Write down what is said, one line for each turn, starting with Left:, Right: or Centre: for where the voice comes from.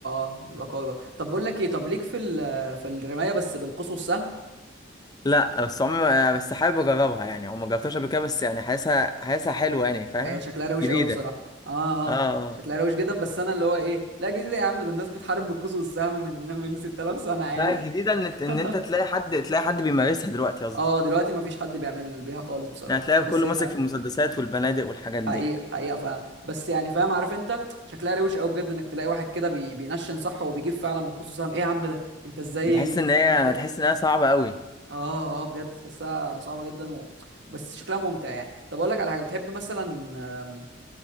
Right: آه، بيبقى قوي بقى طب بقول لك ايه طب ليك في ال- في الرمايه بس بالقوس والسهم
Left: لا بس عمري ما- يعني بس حابب اجربها يعني او ما جربتهاش قبل كده بس يعني حاسسها حاسسها حلوه يعني فاهم
Right: ايه شكلها روش
Left: جديده
Right: قوي بصراحه اه
Left: اه
Right: اه
Left: اه
Right: شكلها روش جدا بس انا اللي هو ايه لا جديد يا عم ده الناس بتحارب بالقوس والسهم من من 6000 سنه عادي
Left: لا الجديده ان ان
Right: <laughs>
Left: انت تلاقي حد تلاقي حد بيمارسها دلوقتي قصدي
Right: اه دلوقتي مفيش حد بيعمل بيها خالص بصراحه
Left: يعني تلاقي
Right: بس
Left: كله
Right: هي
Left: ماسك في المسدسات والبنادق والحاجات دي
Right: حقيقه حقيقه فاهم بس يعني فاهم عارف انت شكلها روش قوي بجد انك تلاقي واحد كده بي... بينشن صح وبيجيب فعلا بالقوس والسهم ايه يا عم ده انت ازاي
Left: تحس
Right: انت
Left: ان
Right: ازاي
Left: هي
Right: جامد كده
Left: تحس ان هي صعبه قوي
Right: اه اه بجد تحسها صعبة جدا و... وبس شكلها ممتع يعني طب اقول لك على حاجة بتحب مثلا آم،